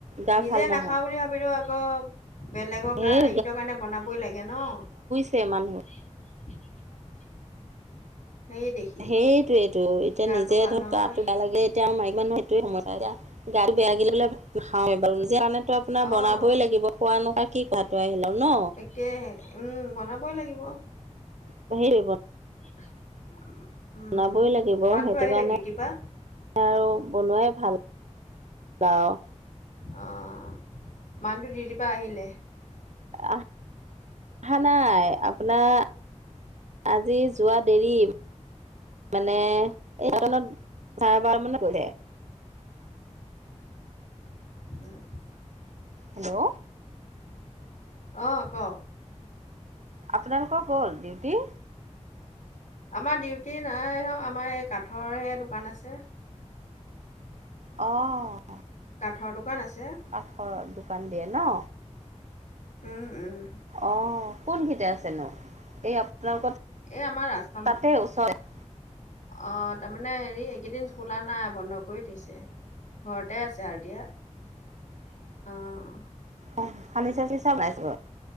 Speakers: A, on the right; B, on the left.
A: গা
B: নিজে
A: ভাল নহয়।
B: নাখাওঁ বুলি ভাবিলোঁ আকৌ বেলেগৰ
A: সেই
B: কাৰ ইতৰ কাৰণে বনাবই লাগে ন।
A: তে‌ মানুহক
B: <unintelligible> <inaudible> সেই দেখি
A: সেইটোয়েইটো এতিয়া
B: গাটো
A: নিজে
B: ভাল
A: ধৰক
B: নহয়
A: গাটো বেয়া লাগিলে এতিয়া আমা মাইকি মানুহ সেইটোয়ে সমস্যা এতিয়া গাটো বেয়া লাগিলে বোলে। নাখাওৱেই বাৰু নিজে কাৰণেতো আপোনাৰ
B: অঁ
A: বনাবই লাগিব কোৱা নোখোৱা কি কাৰণটো আহিল আৰু ন।
B: কে উম বনাব লাগিব।
A: <unintelligible> <inaudible>
B: <unintelligible>
A: বনাবই লাগিব
B: মানুহটো
A: সেইটো
B: আহিলে
A: কাৰণে
B: ডিউটিৰ পৰা
A: আৰু বনোৱাই ভাল। বা অ
B: অ মানুহটো দিউটিৰ পৰা আহিলে?
A: অ আহা নাই আপোনাৰ আজি যোৱা দেৰি মানে এঘাৰটনত চাৰে বাৰ মানত গৈছে।
B: উম।
A: হেল্ল'।
B: অ কও।
A: আপোনালোকৰ গ'ল ডিউটি।
B: আমাৰ ডিউটি নাই ন আমাৰ এই কাঠৰহে দোকান আছে।
A: অহ।
B: কাঠৰ দোকান আছে।
A: কাঠৰ দোকান দিয়ে ন।
B: উম, উম।
A: অ কোনঘিতে আছেনো? এই আপোনালোকৰ।
B: এ আমাৰ ৰাস্তাম
A: তাতে ওচৰতে
B: অ তাৰমানে হেৰি এইকেইদিন খোলা নাই। বন্ধ কৰি থৈছে। ঘৰতে আছে আৰু এতিয়া অ।
A: অ ফাৰ্নি চাচি চব ওলাই যাব।